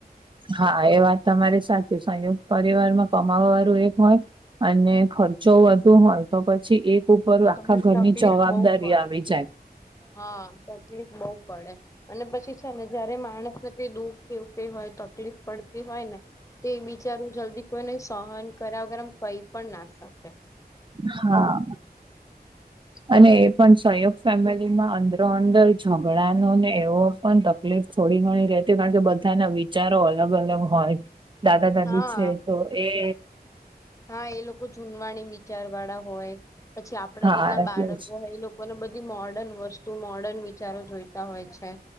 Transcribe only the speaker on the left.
તો તમને
તકલીફ
બહુ પડે
હા તકલીફ બહુ પડે અને પછી છે ને જયારે માણસ- કઈ દુઃખ કેવું કઈ હોય તકલીફ પડતી હોય ને- તો એ બિચારું જલ્દી કોઈને સહન કર્યા વગર આમ કઈ પણ ના શકે-
હા
હા એ લોકો જૂનવાણી વિચાર વાળા હોય પછી આપડા
જેટલા
બાળકો
હોય એ લોકો લોકોને બધી મોર્ડર્ન વસ્તુ મોર્ડર્ન વિચારો જોઈતા હોય છે